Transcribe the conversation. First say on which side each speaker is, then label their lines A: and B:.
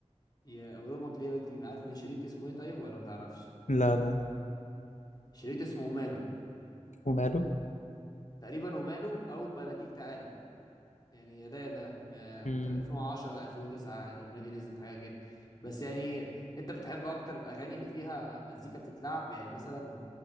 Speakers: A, on the left; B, on the left.
A: يا اولمك ليه دي عارف من شريط اسمه ايه طيب ولا ما تعرفش
B: لا لا لا.
A: شريط اسمه وماله
B: وماله
A: تقريبا وماله او بناديك تعالى يعني يا ده يا ده ما- هو
B: امم
A: كان 2010 2009 الاغنيه دي نزلت حاجه كده بس يعني انت بتحب اكتر الاغاني اللي فيها مزيكا بتتلعب يعني مثلا